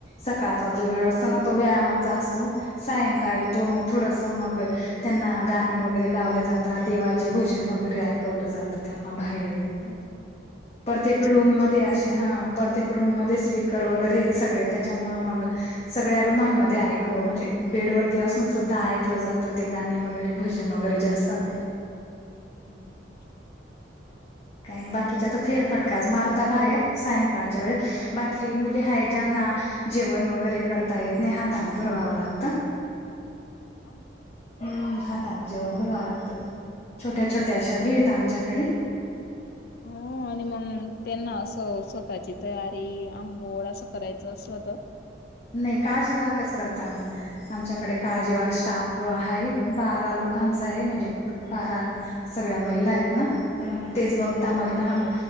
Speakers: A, on the left; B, on the left.
A: सकाळचा जो वेळ असतो ना तो व्यायामाचा असतो. सायंकाळी तो मग थोडस मग त्यांना गाणी वगैरे लावले जातात. देवाचे भजन वगैरे ऐकवलं जातं. त्यांना बाहेर
B: हम्म
A: प्रत्येक
B: छान.
A: रूम मध्ये असे हा प्रत्येक रूम मध्ये स्पीकर वगैरे आहेत सगळे त्याच्यामुळे मग सगळ्या रुममध्ये ऐक म्हणजे बेड वरती असून सुद्धा ऐकलं जातं ते गाणं वगैरे भजन वगैरे जे असतात ते
B: <unintelligible>
A: काही नाही बाकीच्या आता फेरफटकाच मारता बाहेर सायंकाळच्या वेळेस बाकी मुली आहेत. ज्यांना जेवण वगैरे करता येत नाही हाताने भरवाव लागत.
B: हो का
A: हम्म हातान जेवण भरवावं लागतं. छोट्या छोट्या अशा बी आहेत आमच्याकडे
B: हो आणि मग त्यांना असं स्वतःची तयारी आंघोळ असं करायचं असलं तर
A: नाही काळजीवाकच करताना आमच्याकडे काळजीवाग स्टाफ आहे. बारा लोकांचा आहे. म्हणजे बारा सगळ्या महिला आहेत ना... मग
B: हो ना.
A: तेच
B: हम्म
A: बघता मधलं